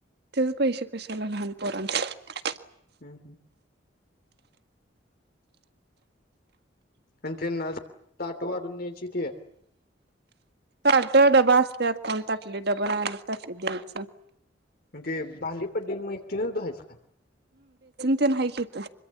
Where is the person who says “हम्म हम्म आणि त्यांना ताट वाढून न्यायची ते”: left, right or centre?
Left